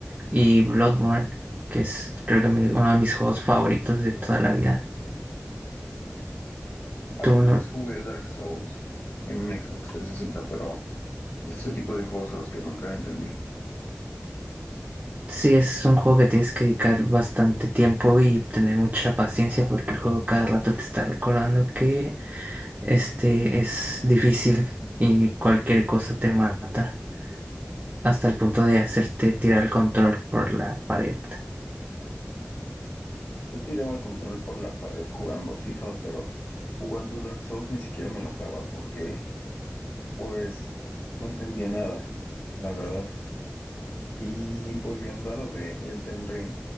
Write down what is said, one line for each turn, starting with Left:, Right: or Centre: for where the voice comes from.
Right: y Bloodborne, que es creo que mi- uno de mis juegos favoritos de toda la vida.
Left: alguna
Right: Tú no,
Left: vez jugué Dark Souls en un Xbox 360, pero es ese tipo de juegos a los que nunca le entendí.
Right: sí es un juego que tienes que dedicar bastante tiempo y tener mucha paciencia porque el juego cada rato te está recordando que este es difícil y cualquier cosa te mata hasta el punto de hacerte tirar el control por la pared.
Left: Yo tiraba el control por la pared jugando FIFA, pero jugando Dark Souls ni siquiera me enojaba porque, pues, no entendía nada, la verdad. Y volviendo a lo de Elden Ring,